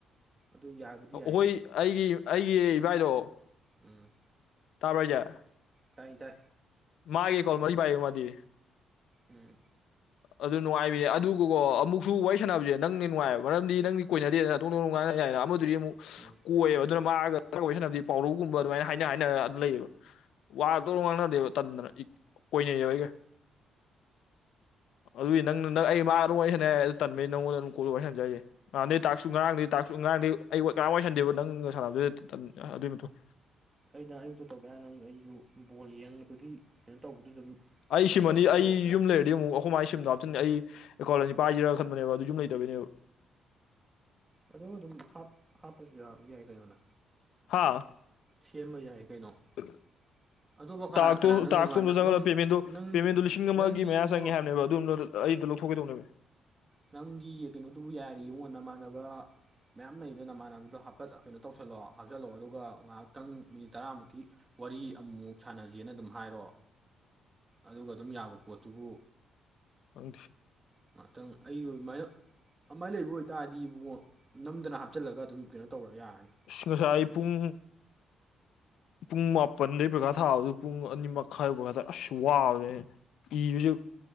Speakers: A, on the right; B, on the left.
A: ꯑꯗꯨ ꯌꯥꯕꯨꯗꯤ
B: ꯑꯩꯈꯣꯏ
A: ꯌꯥꯏꯌꯦ
B: ꯑꯩꯒꯤ ꯑꯩꯒꯤ ꯏꯕꯥꯏꯗꯣ
A: ꯎꯝ
B: ꯇꯥꯕ꯭ꯔꯥ ꯍꯥꯏꯖꯦ
A: ꯇꯥꯏ ꯇꯥꯏ
B: ꯃꯥꯒꯤ ꯑꯦꯀꯥꯎꯟ ꯃꯔꯤ ꯄꯥꯏꯌꯦ ꯃꯥꯗꯤ
A: ꯎꯝ
B: ꯑꯗꯨ ꯅꯨꯡꯉꯥꯏꯕꯤ꯭ꯅꯦ ꯑꯗꯨꯒꯀꯣ ꯑꯃꯨꯛꯁꯨ ꯋꯥꯔꯤ ꯁꯥꯟꯅꯕꯁꯦ ꯅꯪꯅꯥ ꯍꯦꯟꯅ ꯅꯨꯡꯉꯥꯏꯕ ꯃꯔꯝꯗꯤ ꯅꯪꯗꯤ ꯀꯣꯏꯅꯗꯦꯗꯅ ꯗꯣꯡ ꯗꯣꯡ ꯗꯣꯡ ꯉꯥꯡꯅ ꯌꯥꯏꯅ ꯑꯃꯗꯨꯗꯤ ꯑꯃꯨꯛ
A: ꯎꯝ
B: ꯀꯣꯏꯌꯦꯕ ꯑꯗꯨꯅ ꯃꯥꯒ ꯋꯥꯔꯤ ꯁꯥꯟꯅꯕꯗꯤ ꯄꯥꯎꯔꯧꯒꯨꯝꯕ ꯑꯗꯨꯃꯥꯏꯅ ꯍꯥꯏꯅ ꯍꯥꯏꯅ ꯑꯗꯨꯝ ꯂꯩꯌꯦꯕ ꯋꯥ ꯗꯣꯡ ꯗꯣꯡ ꯉꯥꯡꯅꯗꯦꯕ ꯇꯟꯗꯅ ꯀꯣꯏꯅꯩꯌꯦꯕ ꯑꯩꯒ ꯑꯗꯨꯏ ꯅꯪꯅ ꯅꯪ ꯑꯩ ꯃꯥ ꯑꯗꯨ ꯋꯔꯤ ꯁꯥꯟꯅꯩ ꯑꯗꯨ ꯇꯟꯕꯩ ꯅꯪꯉꯣꯟꯗ ꯀꯣꯜ ꯋꯥꯔꯤ ꯁꯥꯟꯅꯖꯦ ꯍꯥꯏꯖꯦ ꯉꯥꯟꯗꯦ ꯇꯥꯛꯁꯨ ꯉꯔꯥꯡꯗꯤ ꯇꯥꯛꯁꯨ ꯉꯔꯥꯡꯗꯤ ꯑꯩ ꯀꯔꯝ ꯋꯥ ꯑꯣꯏꯁꯟꯗꯦꯕ ꯅꯪꯒ ꯁꯥꯟꯅꯕꯗꯨꯗ ꯑꯗꯨꯒꯤ ꯃꯇꯨꯡ
A: ꯑꯩꯅ ꯑꯌꯨꯛꯇꯨ ꯇꯧꯒꯦ ꯍꯥꯏꯟꯅ ꯅꯪ ꯑꯩꯁꯨ ꯕꯣꯜ ꯌꯦꯡꯉꯤꯕꯒꯤ ꯀꯩꯅꯣ ꯇꯧꯕꯗꯨ ꯑꯗꯨꯝ
B: ꯑꯩ
A: ꯀꯩꯅꯣ
B: ꯁꯤꯃꯅꯤ
A: ꯇꯧꯗꯅ
B: ꯑꯩ
A: ꯇꯧꯔꯛꯇ꯭ꯔꯦ
B: ꯌꯨꯝ ꯂꯩ ꯑꯗꯨ ꯑꯃꯨꯛ ꯑꯩꯈꯣꯏ ꯃꯥꯏ ꯁꯤꯝꯗ ꯍꯥꯞꯇꯤꯟꯅꯤ ꯑꯩ ꯑꯦꯀꯥꯎꯟ ꯑꯅꯤ ꯄꯥꯏꯁꯤꯔꯒ ꯈꯟꯕꯅꯦꯕ ꯑꯗꯨ ꯌꯨꯝ ꯂꯩꯇꯕꯩꯅꯦꯕ
A: ꯑꯗꯣ ꯑꯗꯨꯝ ꯍꯥꯞꯄꯁꯨ ꯌꯥꯕ ꯌꯥꯏ ꯀꯩꯅꯣꯅ
B: ꯍꯥꯥ
A: ꯁꯦꯝꯕ ꯌꯥꯏ ꯀꯩꯅꯣ
B: <unintelligible>
A: <inaudible> ꯀꯅꯥ
B: ꯇꯇꯣ
A: ꯀꯅꯥ ꯅꯪ
B: ꯇꯥꯛꯇꯣꯝꯗ
A: ꯅꯃꯥ ꯅꯪ
B: ꯆꯪꯍꯂ ꯄꯦꯃꯦꯟꯗꯣ
A: ꯅꯪ
B: ꯄꯦꯃꯦꯟꯗꯣ ꯂꯤꯁꯤꯡ ꯑꯃꯒꯤ
A: ꯅꯪꯗꯤ
B: ꯃꯌꯥ
A: ꯏꯕꯨꯡꯉꯣ
B: ꯆꯪꯉꯦ ꯍꯥꯏꯕꯅꯦꯕ ꯑꯗꯨꯝ ꯕꯗ ꯑꯩꯗꯣ ꯂꯧꯊꯣꯛꯀꯦ ꯇꯧꯕꯅꯦꯃꯤ
A: ꯅꯪꯒꯤ ꯀꯩꯅꯣꯗꯨꯕꯨ ꯌꯥꯔꯤꯉꯣ ꯅꯃꯥꯟꯅꯕ ꯃꯌꯥꯝ ꯂꯩꯗꯣ ꯅꯃꯥꯟꯅꯕꯗꯣ ꯍꯥꯄꯦꯠ ꯀꯩꯅꯣ ꯇꯧꯁꯜꯂꯣ ꯍꯥꯞꯆꯤꯜꯂꯛꯑꯣ ꯑꯗꯨꯒ ꯉꯥꯏꯍꯥꯛꯇꯪ ꯃꯤꯅꯤꯠ ꯇꯔꯥꯃꯨꯛꯀꯤ ꯋꯥꯔꯤ ꯑꯃꯃꯨꯛ ꯁꯥꯟꯅꯖꯦꯅ ꯑꯗꯨꯝ ꯍꯥꯏꯔꯣ ꯑꯗꯨꯒ ꯑꯗꯨꯝ ꯌꯥꯕ ꯄꯣꯠꯇꯨꯕꯨ
B: ꯈꯪꯗꯦ
A: ꯉꯥꯏꯍꯛꯇꯪ ꯑꯩ ꯑꯗꯨꯃꯥꯏꯅ ꯑꯗꯨꯃꯥꯏꯅ ꯂꯩꯕ ꯑꯣꯏꯇꯥꯔꯗꯤ ꯏꯕꯣ ꯅꯝꯗꯅ ꯍꯥꯞꯆꯤꯜꯂꯒ ꯑꯗꯨꯝ ꯀꯩꯅꯣ ꯇꯧꯔ ꯌꯥꯔꯅꯤ
B: ꯑ ꯉꯁꯥꯏ ꯄꯨꯡ ꯄꯨꯡ ꯃꯥꯄꯟꯗꯩ ꯄꯔꯤꯈꯌꯥ ꯊꯥꯕꯗ ꯄꯨꯡ ꯑꯅꯤ ꯑꯥꯕꯗ ꯑꯁꯨ ꯋꯔꯦ ꯏꯕꯁꯨ